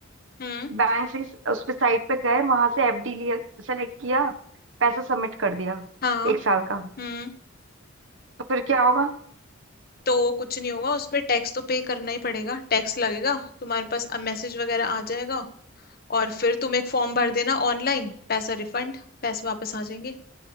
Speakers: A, on the left; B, on the right.
A: हम्म
B: बैंक से उस पे साइट पे गए वहां से एफडी लिया सेलेक्ट किया पैसा सबमिट कर दिया
A: हाँ
B: एक साल का
A: हम्म
B: तो फिर क्या होगा
A: तो कुछ नहीं होगा उस पे टैक्स तो पे करना ही पड़ेगा टैक्स लगेगा तुम्हारे पास अब मैसेज वगैरह आ जाएगा और फिर तुम एक फॉर्म भर देना ऑनलाइन पैसा रिफंड पैसे वापस आ जाएंगे